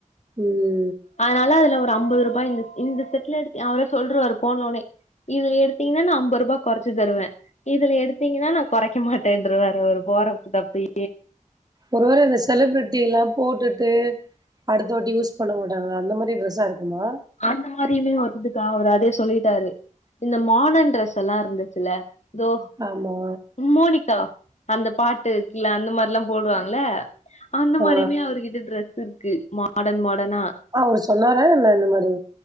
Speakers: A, on the right; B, on the left.
A: ம்
B: அதனால அதுல ஒரு அம்பது ரூபா இந்த இந்த செட்ல எடுத்து அவரே சொல்ருவாரு போனோன்னே இதுல எடுத்தீங்கன்னா நா அம்பது ருபா கொறச்சி தருவ இதுல எடுத்தீங்கன்னா நா கொறைக் கொறைக்க மாட்டேன்றுவாரு அவரு போற தப்பே
A: ஒரு வேல இந்த செலிபிரிட்டி எல்லா போட்டுட்டு அடுத்த வாட்டி யூஸ் பண்ண மாட்டாங்க அந்த மாரி ட்ரெஸ்ஸா இருக்குமா
B: அந்த மாரியுமே வருதுக்கா அவர் அதையு சொல்லிட்டாரு இந்த மாடர்ன் ட்ரெஸ் எல்லா இருந்துச்சுல இதோ
A: ஆமா
B: மோனிகா அந்த பாட்டுக்ல அந்த மார்ல்லா போடுவாங்கள அந்த
A: ஆ
B: மாரியுமே அவர்கிட்ட ட்ரெஸ் இருக்கு மாடர்ன் மாடர்னா
A: அவரு சொன்னார என்ன இந்த மாரி